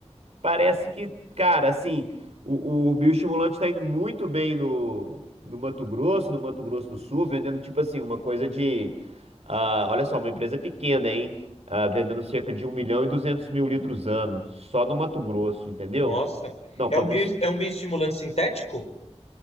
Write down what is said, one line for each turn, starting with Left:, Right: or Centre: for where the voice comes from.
Right: parece que, cara, assim, o, o bioestimulante está indo muito bem no, no Mato Grosso, no Mato Grosso do Sul, vendendo tipo assim, uma coisa de. ah, olha só, uma empresa pequena, hein? Ah, vendendo cerca de um milhão e 200 mil litros ano, só no Mato Grosso, entendeu?
Left: Nossa.
Right: Não, para
Left: É um
Right: você.
Left: bio, é um bioestimulante sintético?